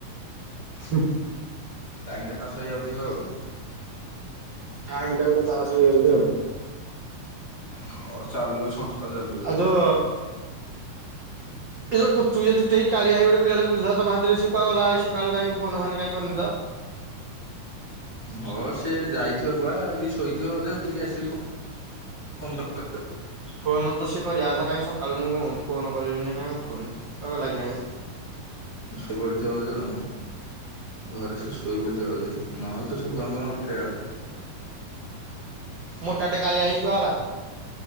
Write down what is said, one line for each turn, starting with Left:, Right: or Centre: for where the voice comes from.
Right: ହୁଁ।
Left: ଟାଇମ ଟା ପାସ୍ ହେଇଯାଉଥିବ ଆଉ।
Right: ଟାଇମ୍ ଟା ଗୋଟେ ପାସ୍ ହେଇ ଯାଉଛି ଆଉ।
Left: ହଁ ଚାଲୁ ସଂସ୍ଥା ଚାଲୁ ବା।
Right: ଆଉ ଯୋଉ ଏ ଯୋଉ କୁଞ୍ଚୁ କୁଞ୍ଚିଆ ଚୁଟି ହେଇ କାଳିଆ ହେଇ ଗୋଟେ ପିଲାଟେ ବୁଲୁ ଥିଲା ତମ ସାଥିରେ, ସେ କୁଆଡେ ଗଲା, ଆଜି ସକାଳୁ କାଇଁ ଫୋନ୍ ଫାନ କାଇଁ କରିନି ତ!
Left: ହଁ ସିଏ ଯାଇଥିବ କୁଆ କି ଶୋଇଥିବ ବଧେ ଉଠିକି ଆସିବି। ପନ୍ଦ
Right: ଫୋନ ତ ସି କରିବା କଥା କାଁ ସକାଳୁ ମୁ ଫୋନ କଲିିଣି ଯେ କାଇଁ ଉଠଉନି କୁହା କ ଲାଗୋଣି।
Left: ଶୋଇ ପଡିଥ ଆ ଘରେ ସେ ଶୋଇ ବୁଝ ବେ ନହେଲେ ତ ସେ ଫୋନ ଫନ ଉଠେଇ କଥା
Right: ମୋଟା ଟେ କାଳିଆ ହେଇକ ହେଲା।